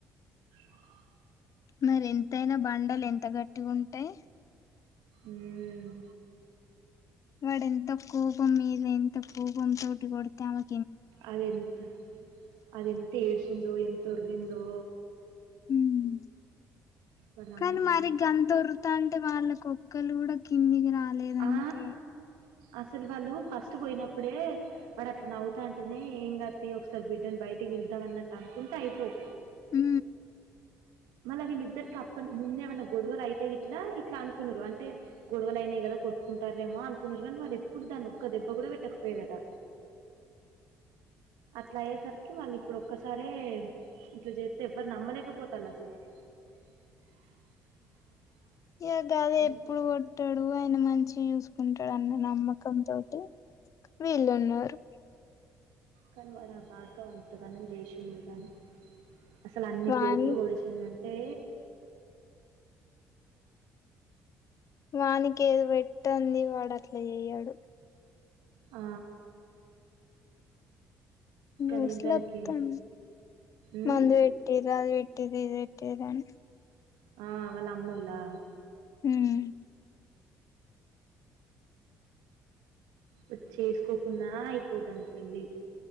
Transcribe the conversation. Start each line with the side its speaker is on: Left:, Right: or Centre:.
Right: ఆ
Left: మరి ఎంతయినా బండలు ఎంత గట్టిగా ఉంటాయి
Right: ఉమ్
Left: వాడ ఎంత కూపం మీద ఎంత కూపం తోటి కొడతే ఆ
Right: అది ఎంత అది ఎంత ఏడ్చిందో ఎంత ఉరిగిందో
Left: హ్మ్
Right: వాళ్ళమ్మ
Left: కానీ మరి గంతొరుతా అంటే వాళ్ళ కుక్కలు కూడా కిందికి రా లేదంటే
Right: ఆ అసలు వాళ్ళు ఫస్ట్ పోయినప్పుడే వాడు అట్లా నవ్వుతా అంటేనే ఏం గతి ఒకసారి బిడ్డని బయట బయటికి విద్దాం అన్నట్టు అనుకుంటే అయిపోవు
Left: హు
Right: మళ్ళా వీళ్ళిద్దరికి అప్ప ముందేమన్నా గొడవలు అయితేయి ఇట్లా ఇట్లా అనుకున్నారు అంటే గొడవలు అయినాయి కదా కొట్టుకుంటారేమో అనుకున్నారు కానీ వాడు ఎప్పుడు దాన్ని ఒక్క దెబ్బ కూడా పెట్టకపోయాదట <inaudible> అట్లా అయ్యేసరికి మళ్ళీ ఇప్పుడు ఒక్కసారే ఇట్లా చేస్త ఎవ్వరు నమ్మలేకపోతారు <inaudible>
Left: ఇ కాద
Right: కానీ
Left: ఎప్పుడు కొట్టాడు ఆయన మంచి చూసుకుంటాడున్న నమ్మకం తోటి వీళున్నారు
Right: కానీవాడ ఆ భాడకవ్ అంత గానం చేసిడుగాని అసలు అన్ని
Left: వాని
Right: పోట్లు పోడిచిందంటే
Left: వానికి ఏది పెట్టంది వాడు అట్లా చెయ్యాడు
Right: ఆ
Left: న్యూస్
Right: కానీ దానికి
Left: లొ మొత్తం
Right: ఉమ్,
Left: మందు పెట్ది అది పెట్ది ఇదిట్ దని
Right: ఆ వాళ్ల అమ్మోలా
Left: ఉమ్
Right: వ చేసుకోకున్నా అయిపోదాని పెళ్ళి